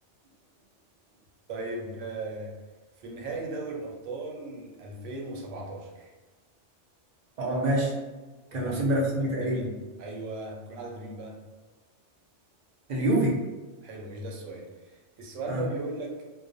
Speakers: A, on the right; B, on the right.
A: <laughs> طيب آه، في نهائي دوري الابطال 2017
B: أه
A: فاكره
B: ماشي
A: كنا
B: كانوا لابسين
A: بنلعب ضد
B: بنفسجي
A: كنا بنلعب
B: تقريبا
A: ضد مين ايوه كنا بنلعب ضد مين بقى
B: اليوفي
A: حلو مش ده السؤال السؤال
B: ها
A: بقى بيقول لك